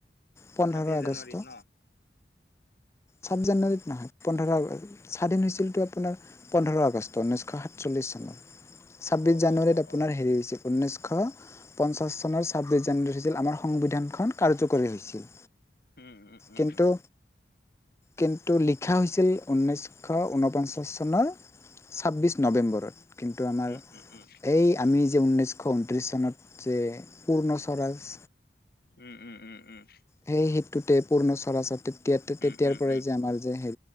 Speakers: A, on the left; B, on the left.
A: পোন্ধৰ
B: ছাব্বিশ
A: আগষ্ট
B: জানুৱাৰীত ন'?
A: ছাব্বিশ জানুৱাৰীত নহয়, পোন্ধৰ আগষ্ট স্বাধীন হৈছিলতটো আপোনাৰ পোন্ধৰ আগষ্ট ঊনৈছশ সাতচল্লিশ চনৰ ছাব্বিশ
B: অ',
A: জানুৱাৰীত
B: অ', অ',
A: আপোনাৰ
B: অ', অ',
A: হেৰি হৈছে ঊনৈশ শ পঞ্চাশ চনৰ ছাব্বিশ জানুৱাৰী হৈছিল আমাৰ সংবিধানখন কাৰ্যকৰী হৈছিল।
B: উম, উম, উম,
A: কিন্তু
B: উম,
A: কিন্তু লিখা হৈছিল ঊনৈশ ঊনপঞ্চাশ চনৰ ছাব্বিশ নৱেম্বৰত, কিন্তু আমাৰ
B: উম, উম, উম।
A: এই আমি। ঊনৈশ ঊনত্ৰিশ চনত যে পূৰ্ণ স্বৰাজ
B: উঁম, উঁম উঁম, উঁম।
A: সেই সেইটোতে পূৰ্ণ স্বৰাজৰ তেতিয়াতে
B: উম,
A: তেতিয়াৰ
B: উম,
A: পৰাই
B: উম।
A: যে আমাৰ যে